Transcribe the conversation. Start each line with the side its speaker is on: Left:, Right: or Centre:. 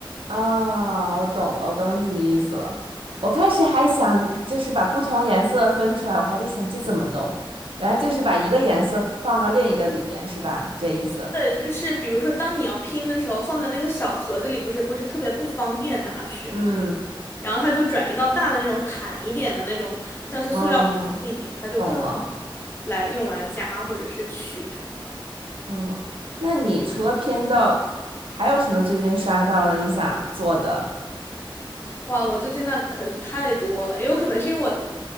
Right: 啊！我懂了，我懂你什么意思了。我开始还想就是把不同颜色分出来，我还在想这怎么弄，原来就是把一个颜色放到另一个里面，是吧？这意思。
Left: 对，就是比如说，当你要拼的时候，放在那个小盒子里，不是不是特别不方便拿取嘛，
Right: 嗯
Left: 然后它就转移到大的那种坦一点的那种，像是塑料盘子里面，
Right: 嗯，嗯
Left: 它就更好
Right: 懂了。
Left: 来用来夹或者是取什么的。
Right: 嗯，那你除了偏导，还有什么最近刷到的你想做的？
Left: 哇，我最近那可是太多了，也有可能是因为我